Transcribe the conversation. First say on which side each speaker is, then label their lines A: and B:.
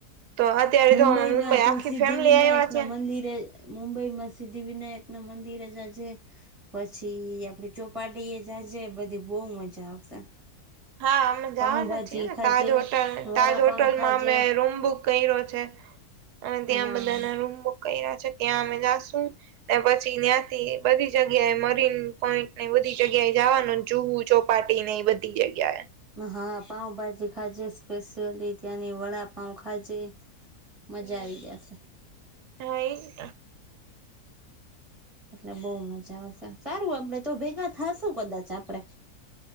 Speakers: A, on the right (about 80°); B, on the right (about 20°).
A: તો અત્યારે
B: મુંબઈ
A: જો અમે
B: માં તો
A: આખી
B: સિદ્ધિવિનાયક
A: ફેમિલી આવ્યા છે
B: ના મંદિરે મુંબઈમાં સિદ્ધિવિનાયક ના મંદિર જા જે. પછી આપડે ચોપાટીએ જાજે બધી બહુ મજા આવશે.
A: હા અમે જવાના
B: પાઉભાજી
A: છીએ ને
B: ખાજે
A: તાજ હોટલ
B: વડાપાઉ
A: તાજ હોટલમાં
B: ખાજે
A: અમે રૂમ બુક કયરો છે અને
B: હા
A: ત્યાં બધાના રૂમ બુક કરરા છે ત્યાં અમે જાશું. ને પછી ત્યાંથી બધી જગ્યાએ મરીન પોઈન્ટ ને બધી જગ્યાએ જવાનું જુહુ ચોક પાર્ટી ને એ બઘી જગ્યા એ.
B: હા પાઉ ભાજી ખાજે સ્પેશિયલી ત્યાંની વડાપઉ ખાજે મજા
A: હમ
B: આવી જશે
A: હા એજ તા.
B: એટલે બહુ મજા આવશે સારું આપડે તો ભેગા થાશું કદાચ આપડે.